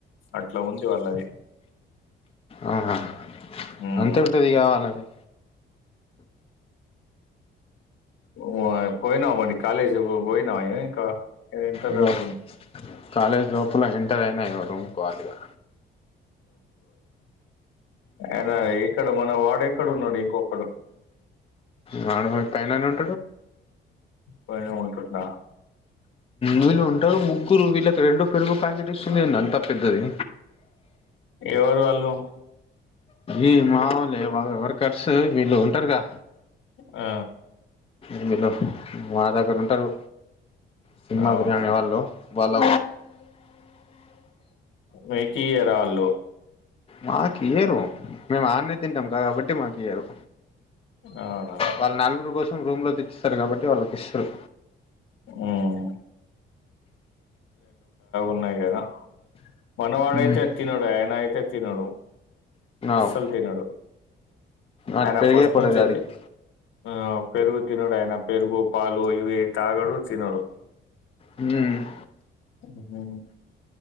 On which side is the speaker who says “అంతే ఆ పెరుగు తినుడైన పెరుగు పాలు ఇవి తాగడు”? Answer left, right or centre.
Left